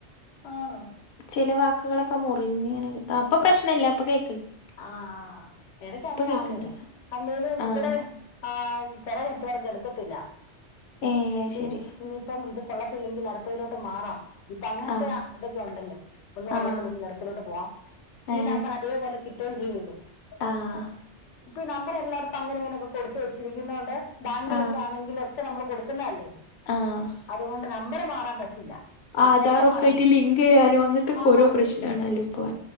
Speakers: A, on the left; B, on the left.
A: ആണോ
B: ചില വാക്കുകളൊക്കെ
A: ശരി
B: മുറിഞ്ഞ്ങ്ങനെ ആഹ് ഇപ്പൊ പ്രശ്നല്ല ഇപ്പൊ കേ
A: ആഹ് എടക്കങ്ങനെ
B: കേക്ക്ണ്ട്
A: ആന്നെ അല്ലേലും
B: ആഹ്
A: ഇവടെ ആഹ് ചെല നെറ്റ് വർക്ക് എട്ത്തിട്ടില്ല
B: ഏ അയ്ശരി
A: ഇനി ഇനിയിപ്പം ഇത് കൊള്ളത്തില്ലെങ്കിൽ അടുത്തതിലോട്ട് മാറാം ഇപ്പൊ അങ്ങൻത്തെ
B: ആഹ്
A: ആ ഇതൊക്കെ ഒണ്ടല്ലൊ ഒന്ന് കൊള്ളത്തില്ലെങ്കിൽ
B: ആഹ്
A: അടുത്തലോട്ട് പോവാം
B: ഏ
A: ഈ നമ്പറ് അതേപോലെ കിട്ടുകയും ചിയ്യൂലൊ
B: ആഹ്
A: ഇപ്പൊ ഈ നമ്പർ എല്ലാട്ത്തും അങ്ങനെ ഇങ്ങനെയൊക്കെ കൊടുത്ത് വെച്ചിരിക്കുന്ന കൊണ്ട് ബാങ്കിലൊക്കെ
B: ആഹ്
A: ആണെങ്കിലൊക്കെ നമ്മള് കൊടുക്കുന്ന അല്ലെ
B: ആഹ്
A: അതുകൊണ്ട് നമ്പറ് മാറാൻ പറ്റില്ല നെറ്റ്വർക്ക്
B: ആധാറൊക്കെ
A: മാറാൻ
B: ആയിട്ട്
A: പറ്റും
B: ലിങ്ക്യ്യാനും അങ്ങന് ത്തൊക്കോരോ
A: ആഹ്
B: പ്രശ്ണാണല്ലൊ ഇപ്പൊ